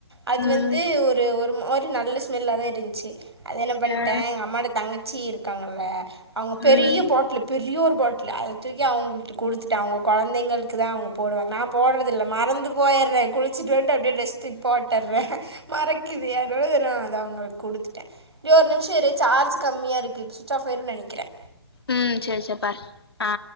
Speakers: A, on the right (about 70°); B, on the left (about 65°).
A: அது
B: ம்
A: வந்து ஒரு ஒரு <unintelligible> நல்ல ஸ்மெல்லாதா இருந்ச்சு அது என்ன பண்ட்ட
B: ஆ
A: எங்க அம்மாட்ட தங்க ச்சி இருக்காங்கல்ல அவங்க பெரிய
B: ம்
A: பாட்ல்லு பெரியோர் பாட்ல <unintelligible> தூக்கி அவுங்குள்ட்ட குடுத்துட்டே அவுங்க கொழந்தைங்கள்க்குதா அவுங்க போடுவாங்க நா போட்ற தில்ல மறந்துப் போயர்றே குளிச்சுட்டு வந்ட்டு அப்டியே ட்ரெஸ் தூக் போட்டர்றே மறக்குது எ <unintelligible> து அவுங்கள்க் குடுத்துட்டே <unintelligible> <unintelligible> நிமிஷ இரு சார்ஜ் கம்மியா இருக் கே இப் சுச் ஆஃப் ஆயிருன் நெனைக்கிறே
B: ம் செரி செரி பாரு ஆ